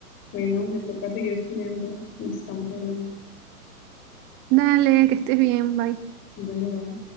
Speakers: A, on the left (about 25°); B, on the right (about 20°).
A: Bueno, me toca seguir estudiando. Nos estamos hablando.
B: Dale, que estés bien, bye.
A: Bueno, bye.